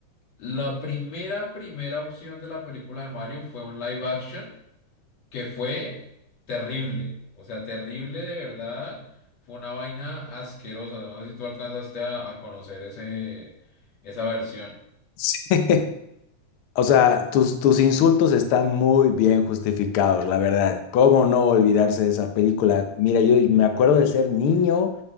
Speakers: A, on the left; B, on the left.
A: la primera, primera opción de la película de Mario fue un live action que fue terrible, o sea, terrible de verdad, fue una vaina asquerosa, no sé si tú alcanzaste a, a conocer ese, esa versión.
B: <laughs> Sí. O sea, tus, tus insultos están muy bien justificados, la verdad. ¿Cómo no olvidarse de esa película? Mira, yo me acuerdo de ser niño